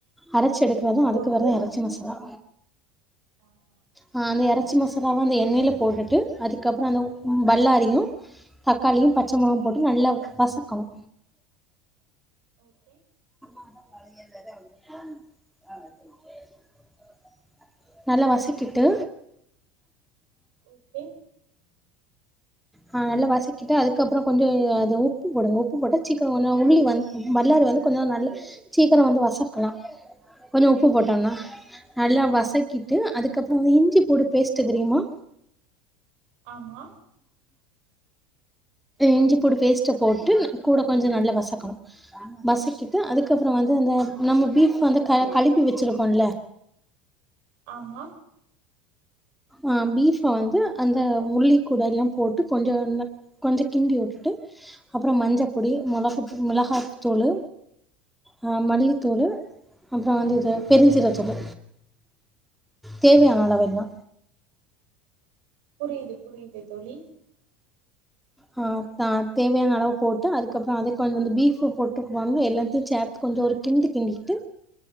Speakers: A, in the centre; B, on the right (about 65°).
A: அரச்சி எடுத் தாதா அதுக்கு
B: ஓகே
A: வேர்தஅ எறச்சி மசாலா
B: ஆஹா
A: ஆ அந்த எறச்சி மசாலாவா அந்த எண்ணெயில போட்டுட்டு அதுக்கப்றொ அந்த பல்லாரியு தக்காளியு பச்ச மொளகும் போட்டு நல்லா வசக்கணு
B: ஓகே
A: <inaudible> நல்லா வசக்கிட்டு
B: ஓகே
A: ஆ நல்லா வசக்கிட்டு அதுக்கப்றொ கொஞ்சொ அது உப்பு போடுங்க உப்பு போட்டா சீக்கரொ கொஞ்சொ உமிலி வந் பல்லாரி வந்து கொஞ்சொ நல் சீக்கரொ வந்து வசக்கலா கொஞ்சொ உப்பு போட்டோம்னா நல்லா வச கிட்டு
B: ஓகே
A: அதுக்கப்றொ இஞ்சி பூண்டு பேஸ்ட்டு தெரியுமா
B: ஆமா
A: இஞ்சிப்பூடு பேஸ்ட்டு போட்டு ந கூட கொஞ்சொ நல்லா வசக்கணு வசக்கிட்டு அதுக்கப்றொ வந்து அந்த நம்ம பீஃப் வந்து க கழுவி வச்சிருப்போம்ல
B: ஆமா
A: ஆ பீஃப வந்து அந்த உல்லிக்கூடல்லா போட்டு கொஞ்ச கொஞ் கொஞ்சொ கிண்டி உட்டுட்டு அப்றொம் மஞ்சப்பொடி மொளகு மிளகாய்த்தூளு அ மல்லித்தூளு அப்றொ வந்து இது பெருஞ்சீரத்தூளு தேவையான அளவு எல்லா
B: புரியிது புரியிது தோழி
A: ஆ அ தேவையான அளவு போட்டு அதுக்கப்றொ அத கொஞ் வந்து பீஃப் போட்டுக்குவ எல்லாத்தையு சேத்து கொஞ்சொ ஒரு கிண்டு கிண்டிட்டு